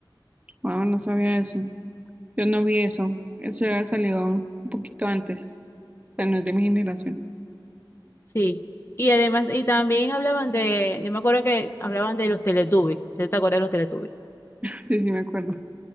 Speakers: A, on the right (about 15°); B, on the left (about 30°).
A: Wow, no sabía eso. Yo no vi eso. Eso había salido un poquito antes, o sea, no es de mi generación. <laughs>
B: Sí. Y además, y también hablaban de, yo me acuerdo que hablaban de los Teletubbies, ¿se te acuerdas de los Teletubbies? <laughs>
A: Sí, sí, me acuerdo.